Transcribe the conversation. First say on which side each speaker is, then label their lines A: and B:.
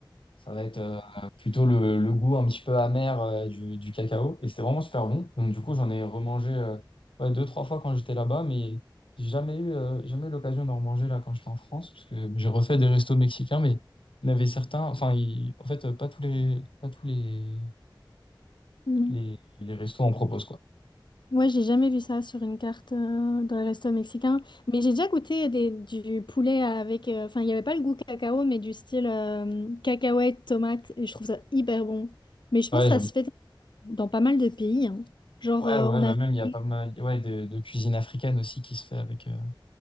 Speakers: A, on the left; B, on the left.
A: Ça va être euh, plutôt le, le goût un petit peu amer euh, du, du cacao. Et c'était vraiment super bon. Donc du coup, j'en ai remangé euh, ouais, deux, trois fois quand j'étais là-bas, mais j'ai jamais eu, euh, jamais eu l'occasion d'en remanger là quand j'étais en France, parce que j'ai refait des restos mexicains, mais il y en avait certains, enfin, il- en fait, euh, pas tous les, pas tous les
B: Mm.
A: les, les restos en proposent, quoi.
B: Moi, j'ai jamais vu ça sur une carte euh, dans les restos mexicains, mais j'ai déjà goûté des, du poulet avec. euh, Enfin, il n'y avait pas le goût cacao, mais du style euh, cacahuète, tomate, et je trouve ça hyper bon. Mais je pense
A: Ouais,
B: que
A: j'aime.
B: ça se fait dans pas mal de pays, hein. Genre
A: Ouais,
B: euh,
A: ouais,
B: en
A: bah
B: Afrique,
A: même il y a pas mal ouais, de, de cuisine africaine aussi qui se fait avec, euh,